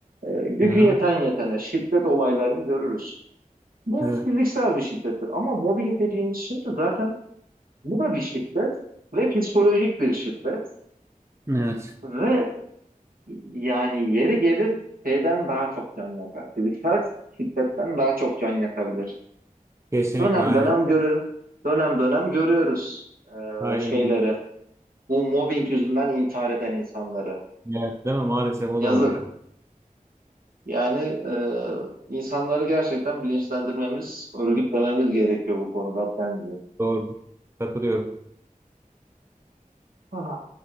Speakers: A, on the right; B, on the right.
A: e, gücü
B: Aha,
A: yeten yetene şiddet olaylarını görürüz. Bu
B: evet.
A: fiziksel bir şiddettir ama mobbing dediğimiz şey de zaten bu da bir şiddet ve psikolojik bir şiddet
B: Evet.
A: ve yani yeri gelir şeyden daha çok can yakar. Fiziksel şiddetten daha çok can yakabilir.
B: Kesinlikle
A: Dönem
B: aynen.
A: dönem görür, dönem dönem görüyoruz
B: Aynen.
A: e, şeyleri bu mobbing yüzünden intihar eden insanları.
B: Evet, değil mi? Maalesef o
A: Yazık.
B: da var ya.
A: Yani e, insanları gerçekten bilinçlendirmemiz, örgütlememiz gerekiyor bu konuda bence.
B: Doğru. Katılıyorum.
A: Ah.